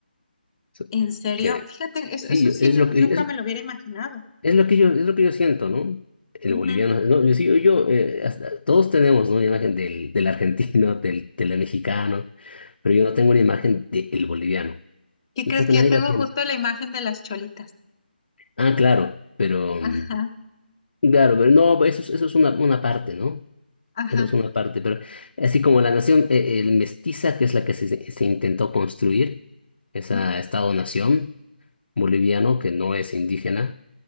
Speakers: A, on the left; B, on the left.
A: So-
B: En serio,
A: eh,
B: fíjate, es-
A: sí,
B: eso sí
A: es
B: nunca
A: lo que es,
B: me lo hubiera imaginado.
A: es lo que yo es lo que yo siento, ¿no? El
B: Ujú.
A: boliviano, no, yo, sí, yo, eh, hasta- todos tenemos, ¿no? una imagen del, del argentino, <laughs> del, del mexicano, pero yo no tengo una imagen del boliviano.
B: ¿Qué
A: Y
B: crees
A: creo que
B: que
A: nadie
B: yo tengo
A: la tiene.
B: justo la imagen de las cholitas?
A: Ah, claro, pero
B: Ajá,
A: mm, claro, pero no, eso es, eso es una, una parte, ¿no?
B: ajá.
A: Eso es una parte, pero así como la nación eh, el mestiza, que es la que se, se intentó construir, esa
B: ujú,
A: Estado-nación boliviano que no es indígena,